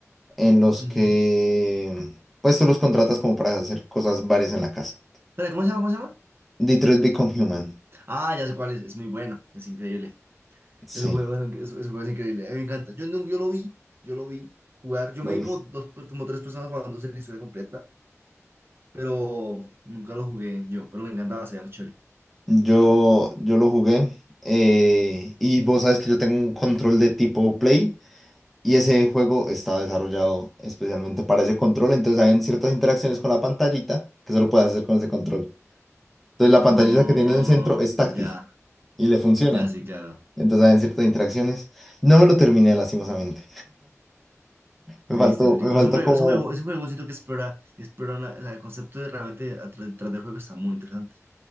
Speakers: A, in the centre; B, on the right.
A: en los
B: Ujú.
A: que pues tú los contratas como para hacer cosas varias en la casa.
B: Espera, ¿cómo se llama? ¿Cómo se llama?
A: Detroit Become Human,
B: Ah, ya sé cuál es. Es muy bueno, es increíble.
A: sí,
B: Es un juego, es, es un juego increíble. A mí me encanta. Yo, nunca- yo lo vi, yo lo vi jugar. Yo
A: lo
B: me vi
A: viste.
B: como dos, como tres personas jugando la historia completa, pero nunca lo jugué yo. Pero me encantaba, se llama Chole.
A: Yo, yo lo jugué, eh, y vos sabes que yo tengo un control de tipo Play. Y ese juego estaba desarrollado especialmente para ese control, entonces hay ciertas interacciones con la pantallita que solo puedes hacer con ese control. Entonces la pantallita
B: Oh,
A: que tiene en el centro es táctil
B: ya,
A: y le funciona.
B: ya sí, claro.
A: Entonces hay ciertas interacciones. No me lo terminé lastimosamente. Me
B: Triste,
A: faltó,
B: triste.
A: me
B: Pero
A: faltó
B: es un juego,
A: como...
B: es un juego, es un juego, siento que explora, explora una- o sea, el concepto de realmente atrás, detrás del juego está muy interesante.